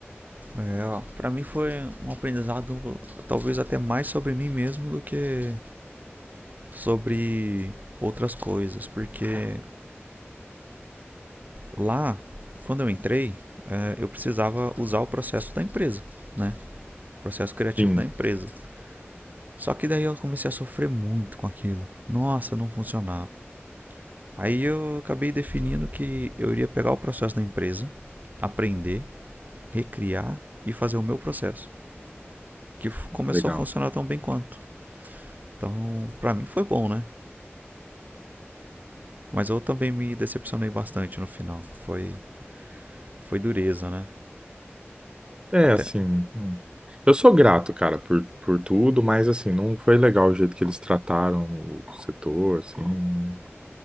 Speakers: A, on the right; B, on the right.
A: É, ó, pra mim foi um aprendizado talvez até mais sobre mim mesmo do que sobre outras coisas, porque lá, quando eu entrei, eh, eu precisava usar o processo da empresa, né? O processo criativo
B: Sim,
A: da empresa. Só que daí eu comecei a sofrer muito com aquilo. Nossa, não funcionava. Aí eu acabei definindo que eu iria pegar o processo da empresa, aprender, recriar e fazer o meu processo, que começou
B: legal.
A: a funcionar tão bem quanto. Então, pra mim foi bom, né? Mas eu também me decepcionei bastante no final. Foi, foi dureza, né?
B: É,
A: Até.
B: assim. é. Eu sou grato, cara, por, por tudo, mas, assim, não foi legal o jeito que eles trataram o setor, assim. não-